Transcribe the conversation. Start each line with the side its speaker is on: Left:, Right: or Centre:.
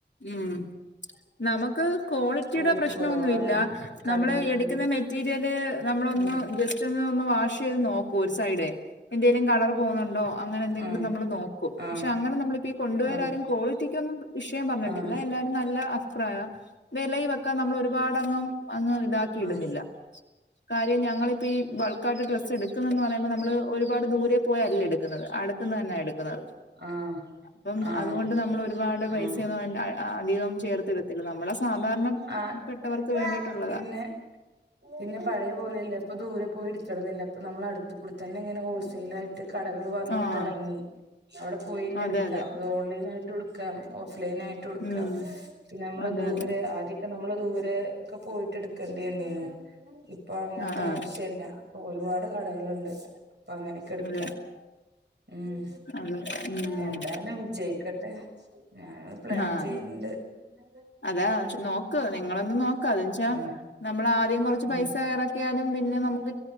Left: ഉം നമുക്ക് ക്വാളിറ്റീടെ
Right: ക്വാളിറ്റി
Left: പ്രശ്നവൊന്നും
Right: കുറവാണ്
Left: ഇല്ല
Right: കടയില്
Left: നമ്മള് എടുക്ക്ന്ന
Right: പോയി
Left: മെറ്റീരിയല് നമ്മളൊന്ന്
Right: ഉം
Left: ജസ് റ്റൊന്ന് ഒന്ന് വാഷ് ചെയ്ത് നോക്കും ഒരു സൈഡേ എന്തേലും കളറ് പോന്നൊണ്ടോ അങ്ങനെന്തെങ്കിലും
Right: ആഹ്
Left: നമ്മള് നോക്കും
Right: ആഹ്
Left: പക്ഷെ അങ്ങനെ നമ്മളിപ്പീ കൊണ്ട് പോയവരാരും
Right: ആഹ്
Left: ക്വാളിറ്റിക്കൊന്നും ഇഷ് പറഞ്ഞിട്ടില്ല
Right: ആഹ്
Left: എല്ലാരും നല്ല അഭിപ്രായാ വെലയുവക്കെ നമ്മളൊരുപാടങ്ങും അങ്ങ് ഇതാക്കി
Right: ആഹ്
Left: ഇടുന്നില്ല കാര്യം ഞങ്ങളിപ്പീ ബൾക്കായിട്ട് ഡ്രസ്സ് എടുക്കുന്നന്ന് പറയുമ്പ നമ്മള് ഒരുപാട് ദൂരേ പോയല്ല എടുക്കുന്നത് അടുത്ത്ന്ന് തന്നാ എടുക്കുന്നത്
Right: ആഹ്
Left: അപ്പം
Right: ആഹ്
Left: അതുകൊണ്ട് നമ്മൾ ഒരുപാട്
Right: ആഹ്
Left: പൈസയൊന്നും അധികം ചേർത്തിടത്തില്ല നമ്മളെ സാധാരണ
Right: ആഹ്
Left: പെട്ടവർക്ക് വേണ്ടിയിട്ടുള്ളതാ
Right: പിന്നെ പിന്നെ പഴയ പോലല്ല ഇപ്പൊ ദൂരെ പോയെടുക്കണന്നില്ല്പ്പ നമ്മള് അടുത്ത്ക്കൂടെ തന്നെ ഇങ്ങനെ ഹോൾസെയിലായിട്ട് കടകള് വന്ന്
Left: ആഹ്
Right: തൊടങ്ങി അവിടെ പോയന്നെ
Left: അതെ
Right: എടുക്ക്വാ
Left: അതെ
Right: അത് ഹോ ഓൺലൈനായിട്ടും എടുക്കാം ഓഫ്‌ലൈനായിട്ടും എടുക്കാം
Left: ഉം
Right: പിന്നെ നമ്മള്
Left: അതെ
Right: ദൂരേ
Left: അതെ
Right: ആ ക്കെ നമ്മള് ദൂരെ ഒക്കെ പോയിട്ട് എടുക്കേണ്ടി വന്നീനു ഇപ്പൊ അങ്ങനത്തെ
Left: ആഹ് ആഹ്
Right: ആവശ്യല്ല ഒരുപാട് കടകള്ണ്ട് ഇപ്പൊ അങ്ങനെക്കെ എടുക്കാം
Left: അതെ
Right: ഉം
Left: അതെ ഉം
Right: എന്താലും വിജയിക്കട്ടെ ഞങ്ങള് പ്ലാൻ
Left: ആഹ്
Right: ചെയ്യുന്ന്ണ്ട് പിന്നെല്ല്
Left: അതാ ച്ച് നോക്ക് നിങ്ങളെന്ന നോക്ക് അത്ൻച്ചാ
Right: ഉം
Left: നമ്മള് ആദ്യം കാെറച്ച്
Right: ഉം
Left: പൈസ എറ ക്കിയാലും പിന്നെ നമുക്ക്